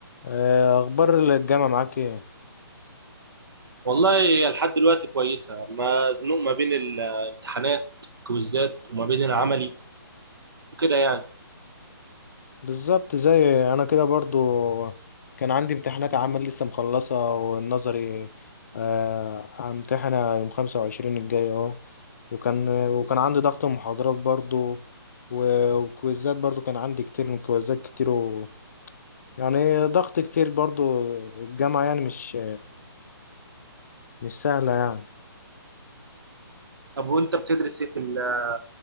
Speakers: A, on the left (about 40°); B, on the right (about 65°).
A: آه، اخبار الجامعه معاك ايه
B: والله لحد دلوقتي كويسة مزنوق ما بين الامتحانات كويزات وما بين العملي وكده يعني
A: بالظبط زي انا كده برضو كان عندي امتحانات عمل لسه مخلصه والنظري آه، همتحنها يوم خمسة وعشرين الجاي اهو وكان وكان عندي ضغط محاضرات برضو و- وكويزات برضو كان عندي كتير من كويزات كتير و... يعني ضغط كتير برضو الجامعه يعني مش مش سهله يعني
B: طب وانت بتدرس ايه في ال-